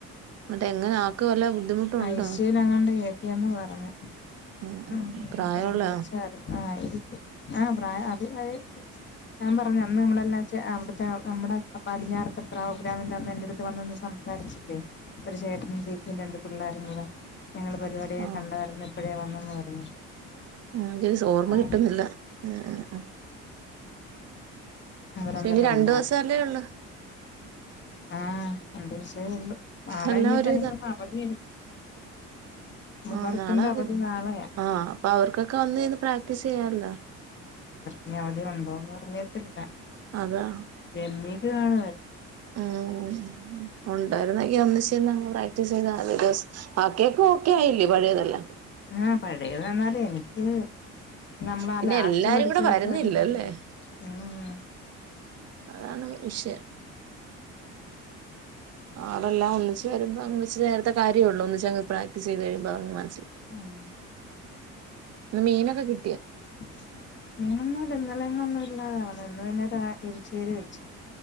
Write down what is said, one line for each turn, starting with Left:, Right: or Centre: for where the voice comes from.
Right: എന്നിട്ട് എങ്ങനെ ആക്ക് വല്ല ബുദ്ധിമുട്ടുണ്ടോ
Left: ഐസിയുവിൽ എങ്ങാണ്ട് കേറ്റി എന്ന് പറഞ്ഞു
Right: ഉം ഉം
Left: ഉ
Right: പ്രായമുള്ള
Left: ഞാൻ വിളിച്ച ആ ആയ <unintelligible> അ അ ഞാൻ പറഞ്ഞു അന്ന് നമ്മളെല്ലാ അവിടുത്തെ നമ്മടെ പടിഞ്ഞാറത്ത പ്രോഗ്രാമിന്റെ അന്ന് എന്റെ അടുത്ത് വന്ന സംസാരിച്ചില്ലേ ഒരു ചേട്ടനും ചേച്ചിം രണ്ട് പിള്ളോരും കൂടെ ഞങ്ങള പരിപാടിയെ
Right: ആ
Left: കണ്ടായിരുന്നു ഇപ്പോഴേ വന്നന്ന് പറഞ്ഞു.
Right: ഉം സ് ഓർമ്മ
Left: ആഹ്
Right: കിട്ടുന്നില്ല ആ ആഹ്
Left: അവരന്നരം
Right: ഇനി രണ്ടു
Left: ഒണ്ടാ
Right: ദിവസല്ലേ ഉള്ളു
Left: ആഹ് രണ്ട് സേ ഒള്ളു. നാളെ
Right: എല്ലാം
Left: ഇനീപനിക്കൊന്നുന്നു
Right: ഒരു
Left: അവധിയല്ലേ. മുഹറത്തിന്റെ
Right: ഉ <inaudible> ആഹ് നാളെ അവ
Left: അവധി നാളെയാ
Right: ആഹ് അപ്പൊ അവർക്കൊക്കെ ഒന്നെന്ന് പ്രാക്ടീസ് ചെയാല്ലോ.
Left: ഇനി അവിടെ ഉണ്ടോന്ന് പറഞ്ഞിട്ടില്ല.
Right: അതാ
Left: രമ്യക്ക് കാണ
Right: ഉം ഒണ്ടായിരുന്നെങ്കി ഒന്നിച്ചന്നങ്ങ് പ്രാക്ടീസ് ചെയ്തദിദെവസോം. ബാക്കിയക്ക ഓക്കെ ആയില്ലി പഴയതെല്ല.
Left: ആഹ് പഴേത് വന്നാല് എനിക്ക് നമ്മളാ
Right: പിന്നെ
Left: ലാസ്റ്റ്
Right: എല്ലാരും
Left: പഠിച്ചതൊക്കെ
Right: കൂടെ വരുന്നില്ലല്ലേ
Left: ഓരിതോണ്ട് ഉം.
Right: അതാണ് വിഷയം. ആളെല്ലാം ഒന്നിച്ച് വരുമ്പോ അന്ന് ഇച്ചിരി നേരത്തെ കാര്യേള്ള് ഒന്നിച്ചങ് പ്രാക്ടീസ് ചെയ്ത് കഴിയുമ്പോ അതങ്ങ് മനസില
Left: ആഹ്
Right: ന്ന് മീൻ ഒക്കെ കി
Left: <unintelligible> ഇന്നലെങ്ങ ഒന്നും ഇല്ലാതവന്നെ ഇന്ന് പിന്നെ എരിച്ചിരി വെച്ചു.